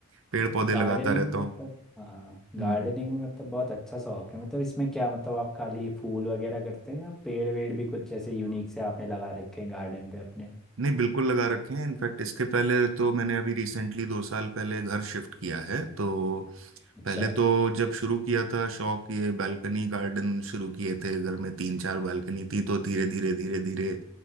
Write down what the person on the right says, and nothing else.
पेड़ पौधे
लगाता रहता
हूँ
हम्म।
नहीं बिल्कुल लगा रखे हैं इनफैक्ट इसके पहले तो मैंने अभी रिसेंटली दो साल पहले घर शिफ्ट किया है तो
पहले तो जब शुरू किया था शौक ये बालकनी गार्डन शुरू किए थे घर में तीन चार बालकनी थी तो धीरे धीरे धीरे धीरे